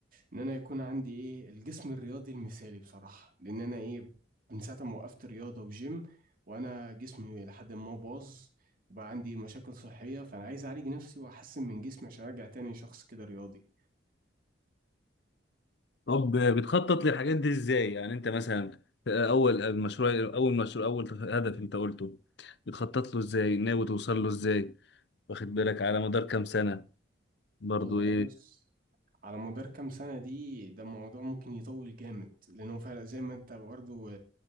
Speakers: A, on the right; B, on the left.
A: إن أنا يكون عندي إيه الجسم الرياضي المثالي بصراحة لأن أنا إيه من ساعة ما وقفت رياضة وجيم وأنا جسمي لحد ما باظ وبقى عندي مشاكل صحية فأنا عايز أعالج نفسي وأحسن من جسمي عشان أرجع تاني شخص كده رياضي
B: طب بتخطط للحاجات دي ازاي يعني انت مثلا اول المشروع اول مشروع اول هدف انت قلته بتخطط له ازاي ناوي توصل له ازاي واخد بالك على مدار كام سنة برضو
A: والله
B: ايه
A: بص على مدار كام سنة دي ده الموضوع ممكن يطول جامد لأنه فعلا زي ما أنت برضه